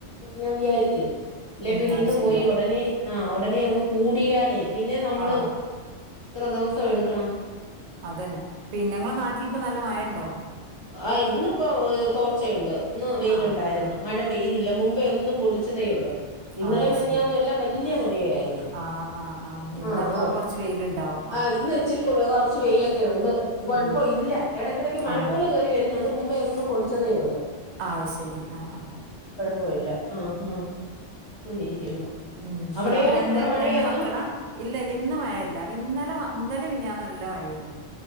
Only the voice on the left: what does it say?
ഞാൻ വിചാരിച്ചു. അല്ലെ
പിന്നെ ഇന്ന്
പോയി ഉടനെ ആ ഉടനെ അങ്ങ് കൂടിയാലേ പിന്നെ നമ്മള്
എത്ര ദിവസം എടുക്കണം.
ആ ഇന്നിപ്പോ തോർച്ചയുണ്ട്. ഇന്ന് വെയിലുണ്ടായിരുന്നു.
മഴ പെയ്തില്ല മുമ്പേ ഒന്നു പൊടി ച്ചതേയുള്ളൂ. ഇന്നലെം
മിനിയാന്നും
എല്ലാം വല്യ മഴയായിരുന്നു.
ആഹ് ആഹ്
ആഹ് ഇന്ന് ഇച്ചിരി <unintelligible> ച്ച് വെയിലൊക്കെ ഉണ്ട്. കുഴപ്പ
ഇല്ല. ഇടയ്ക്കിടക്ക് മഴക്കോൾ
കേറി വരുന്നുണ്ട്. മുമ്പേ ഒന്ന് പൊടിച്ചതേ ഉള്ളൂ.
പോയില്ല ആ ആ അങ്ങന ഇരിക്കുന്നു.
അവിടെയോ
അവിടെ മഴയാന്നോ